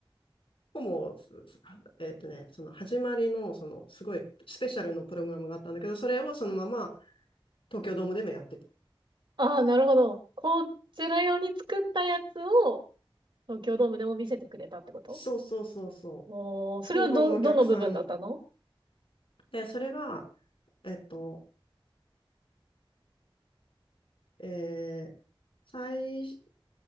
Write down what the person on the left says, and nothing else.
もう、えっとね、その始まりの、その、すごいスペシャルのプログラムがあったんだけど、それをそのまま東京ドームでもやってた。
そうそうそうそ
う。日本のお客さん。
で、それが、えっと、えー、最、